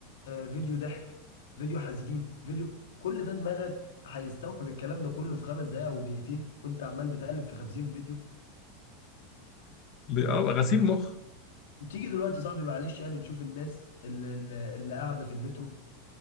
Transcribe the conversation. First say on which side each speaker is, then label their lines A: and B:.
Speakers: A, on the left; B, on the left.
A: آه فيديو ضحك فيديو حزين فيديو كل ده دماغك هيستوعب الكلام ده كله في خمس دقايق او دقيقتين وانت عمال بتقلب في خمسين فيديو
B: ب- أه غسيل مخ
A: تيجي دلوقتي صاحبي معلش يعني تشوف الناس اللي, اللي اللي قاعدة في المترو